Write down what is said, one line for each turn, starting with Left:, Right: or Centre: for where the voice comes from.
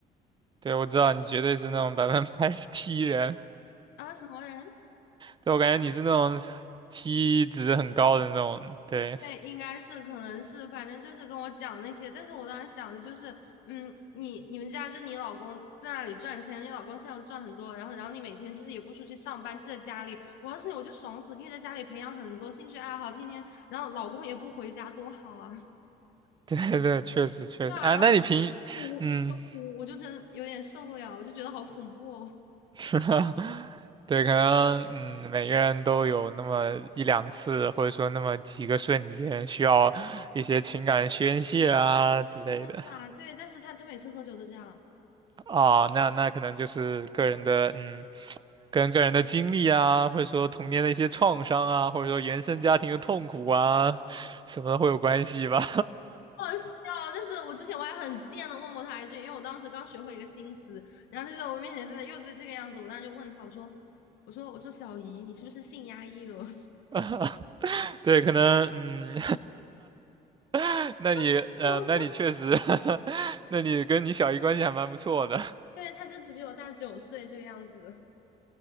Right: 对，我知道你绝对是那种百分百 <laughs> T 人，
Left: 啊，什么人？
Right: 对，我感觉你是那种 T 值很高的那种。对，
Left: 对，应该是，可能是，反正就是跟我讲那些。但是我当时想的就是，嗯，你你们家就你老公在那里赚钱，你老公现在赚很多，然后然后你每天就是也不出去上班，就在家里。我要是你，我就爽死，可以在家里培养很多兴趣爱好，天天，然后老公也不回家，多好啊！<laughs>
Right: 对对对，确实确实。
Left: 对啊，
Right: 啊，
Left: 然后
Right: 那你平，
Left: 哭就哭，
Right: 嗯，
Left: 我就真有点受不了，我就觉得好恐怖哦。
Right: <laughs> 对，可能嗯，每个人都有那么一两次，或者说那么几个瞬间需要一些情感宣泄啊之类的。
Left: 啊，是啊，对，但是他他每次喝酒都这样。
Right: 啊，那那可能就是个人的嗯。跟个人的经历啊，或者说童年的一些创伤啊，或者说原生家庭的痛苦啊，什么的会有关系吧？
Left: 好笑，就是我之前我还很贱的问过他一句，因为我当时刚学会一个新词，然后他就在我面前真的又是这个样子，我当时就问他，我说，我说，我说小姨，你是不是性压抑了？
Right: <laughs> 对，可能嗯，<laughs> 那你呃，
Left: <laughs> 我，
Right: 那你确实，<laughs> 那你跟你小姨关系还蛮不错的。
Left: 对，他就只比我大九岁这个样子。